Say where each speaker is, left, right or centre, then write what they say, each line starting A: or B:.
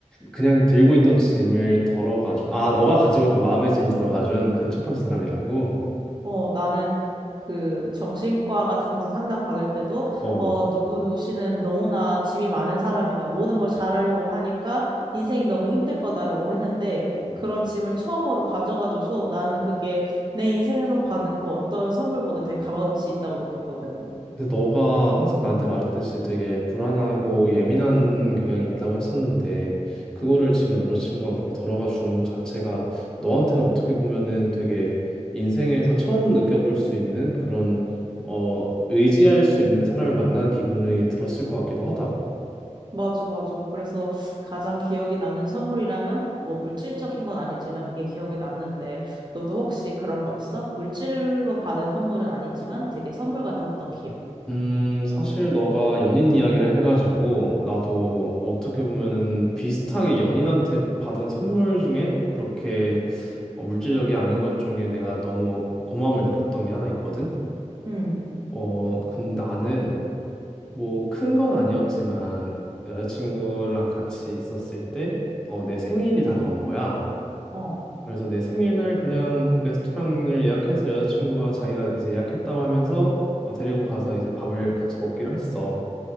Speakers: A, in the centre; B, on the right.
A: 그냥 들고 있던 짐을 덜어가준. 아, 너가 가지고 있던 마음의 짐을 덜어가준 그 첫 번째 사람이라고.
B: 어, 나는 그 정신과 같은 데서 상담 받을 때도
A: 어.
B: 어, 누구누구 씨는 너무나 짐이 많은 사람이다. 모든 걸 잘하려고 하니까 인생이 너무 힘들 거다라고 했는데
A: 음.
B: 그런 짐을 처음으로 가져가줘서 나는 그게 내 인생에서 받은 그 어떤 선물보다 되게 값어치 있다고 느꼈거든.
A: 근데 너가 항상 나한테 말했듯이 되게 불안하고 예민한 경향이 있다고 했었는데 그거를 지금 남자친구가 그렇게 덜어가 주는 것 자체가 너한테는 어떻게 보면은 되게 인생에서 처음 느껴볼 수 있는 그런 어 의지할 수 있는 사람을 만난 기분이 들었을 것 같기도 하다.
B: 맞아, 맞아. 그래서 가장 기억에 남는 선물이라면 뭐 물질적인 건 아니지만 이게 기억에 남는데 너도 혹시 그런 거 있어? 물질로 받은 선물은 아니지만 되게 선물 같았던 기억.
A: 음, 사실 너가 연인 이야기를 해가지고 나도 어떻게 보면은 비슷하게 연인한테 받은 선물 중에 그렇게 어, 물질력이 아닌 것 중에 내가 너무 고마움을 느꼈던 게 하나 있거든.
B: 음.
A: 어, 근 나는 뭐 큰 건 아니었지만 여자친구랑 같이 있었을 때 어, 내 생일이 다가온 거야.
B: 어,
A: 그래서 내 생일날 그냥 레스토랑을 예약해서 여자친구가 자기가 이제 예약했다고 하면서 어, 데리고 가서 이제 밥을 같이 먹기로 했어.